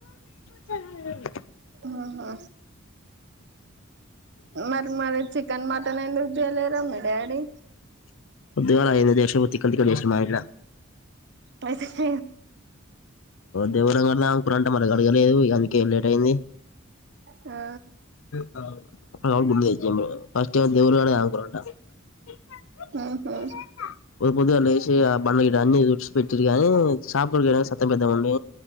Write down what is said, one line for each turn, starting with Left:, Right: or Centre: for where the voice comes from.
Left: తనన
Right: ఆహ మరి మరి చికెన్ మటన్ ఎందుకు తెలేరా మీ డాడీ
Left: పోద్దుగాల అయ్యింది దేషో తిక్కలు తిక్కలు చేసిర్రు మా ఇంట్ల
Right: పైసద
Left: దేవురం కడదాం కూర అంట మన అడగలేదు ఇందుకేం లేట్ అయింది
Right: ఆ
Left: <unintelligible>
Right: ఆహా
Left: పొద్దుగాల లేసి బండ గిట్ట అన్ని తుడిసి పెట్టిడు గాని షాపు గునుకే సత్తెమ్మ పెద్దమ్మ ఉండి